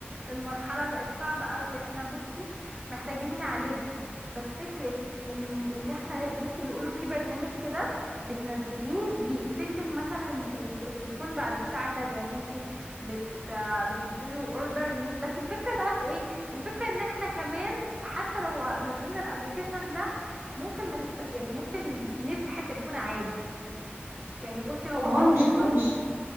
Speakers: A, on the right; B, on the right.
A: المرحلة بقت صعبة قوي احنا بصي محتاجين نعالجها بس فكرة ان ان احنا بصي بيقولوا في برنامج كده بتنزليه بيقفلك مثلا ال- التليفون بعد الساعة كذا يعني انتي بت بتديله اوردر ان بس الفكرة بقى في ايه الفكرة ان احنا كمان حتى لو نزلنا الابليكيشن ده ممكن ما نست... يعني ممكن نفتح التليفون عادي يعني بصي هو
B: ما هو
A: فكرته
B: المشكله مش